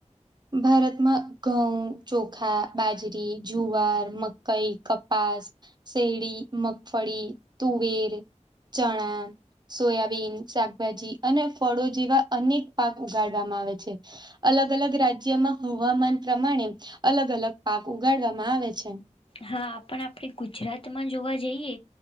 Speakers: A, on the right; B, on the left.
A: ભારતમાં ઘઉં ચોખા બાજરી જુવાર મકઈ કપાસ શેરડી મગફળી તુવેર ચણા સોયાબીન શાકભાજી અને ફળો જેવા અનેક પાક ઉગાડવામાં આવે છે. અલગ અલગ રાજ્યમાં હવામાન પ્રમાણે અલગ અલગ પાક ઉગાડવામાં આવે છે‌.
B: હા આપ આપણે ગુજરાતમાં જોવા જઈએ